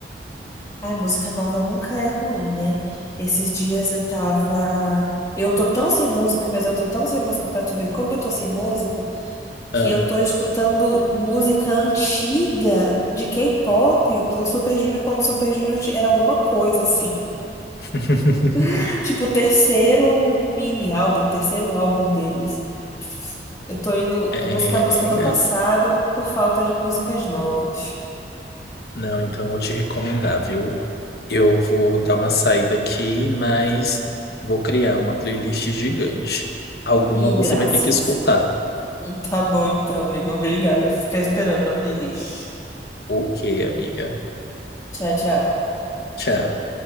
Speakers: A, on the left; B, on the left.
A: Ai, música nova nunca é ruim, né? Esses dias eu tava. Eu tô tão sem música, mas eu tô tão sem música pra tu ver como eu tô sem música.
B: Ah.
A: que eu tô escutando música antiga de K-pop, do Super Junior, quando o Super Junior ti- era alguma coisa assim.
B: <laughs>
A: <laughs> Tipo, o terceiro mini álbum, o terceiro álbum deles. Eu tô indo
B: É,
A: buscar música do passado por falta de músicas novas.
B: Não, então eu vou te recomendar, viu? Eu vou dar uma saída aqui, mas vou criar uma playlist gigante. Alguma
A: E
B: você
A: graças.
B: vai ter que escutar.
A: Tá bom então, amigo. Obrigada. Ficar esperando a playlist.
B: Ok, amiga.
A: Tchau, tchau.
B: Tchau.